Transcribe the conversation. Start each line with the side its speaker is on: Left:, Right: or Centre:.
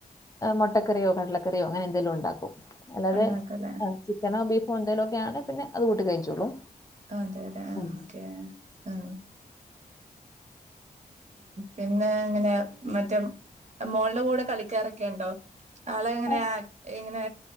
Left: മൊട്ടകറിയോ കടലകറിയോ അങ്ങനെ എന്തേലും ഉണ്ടാകും അല്ലാതെ
Right: ഉണ്ടാക്കല്ലേ
Left: ചിക്കനോ ബീഫോ ണ്ട് തൊക്കെ യാണെ പിന്നെ അതു കൂട്ടി കഴിച്ചോളും
Right: അതെ ല്ലെ
Left: ഉം
Right: ആ ഓകെ ആ പിന്നെ ങ്ങനാ മറ്റേ മോൾടെ കൂടെ കളിക്കാറൊക്കെ ണ്ടോ ആളെങ്ങനെയാ
Left: ആ
Right: ഇങ്ങനെ